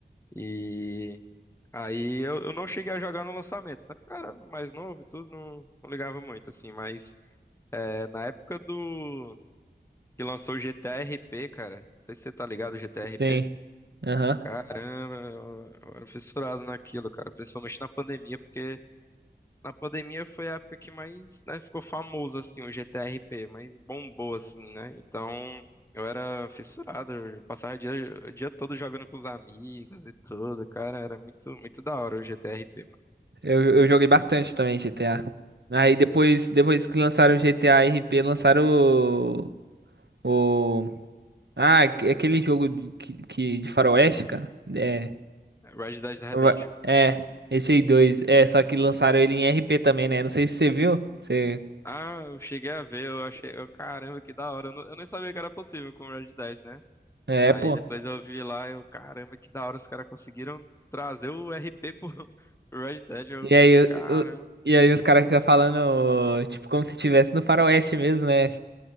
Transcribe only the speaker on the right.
Sim. Aham.
Eu, eu joguei bastante também GTA. Aí depois, depois que lançaram o GTA RP, lançaram o, o... Ah, aque- aquele jogo de- que, que, de faroeste, cara. É.
Ua- É, esse aí dois. É, só que lançaram ele em RP também, né? Não sei se você viu. Você...
É,
pô.
E aí,
eu,
eu- e aí os caras ficam falando, tipo, como se estivesse no faroeste mesmo, né?